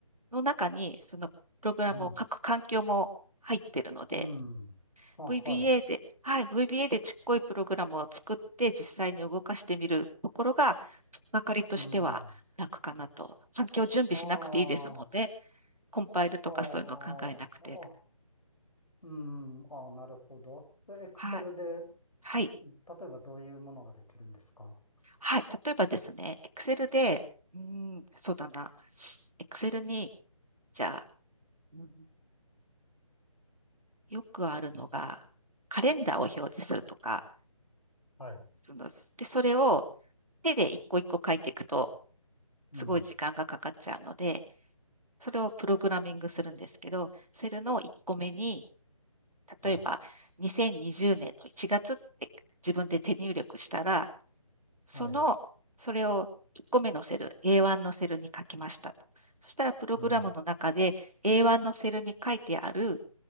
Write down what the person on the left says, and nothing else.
うん。うん。あ、はい。
うん。
ああ、
ああ、あ、うん。ああ、なるほど。で Excel
で、
例えばどういうものができるんですか
はい。
うん。
はい。
はい。
うん。